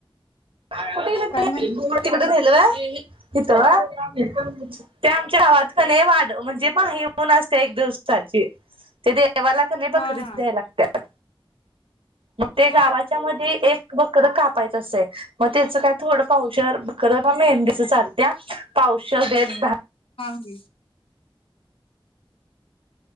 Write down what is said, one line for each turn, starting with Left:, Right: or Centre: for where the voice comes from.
Right: कुठं गेलेत
Left: काय
Right: सगळे
Left: म्हण
Right: तिकडं. तिथ झालं व्हय इथं व्हय ते आमच्या गावात की नाही वाढ म्हणजे. ना असते एक दिवसाची ते देवाला क नाही
Left: हा
Right: बकरी
Left: हा
Right: द्या लागत्या मग ते
Left: होय
Right: गावाच्या मध्ये एक बकर कापायचं असंतय मग त्याचं काय थोडं पावशर खरं पण मेंढीच आणत्यात पावशर एक.
Left: हां ह.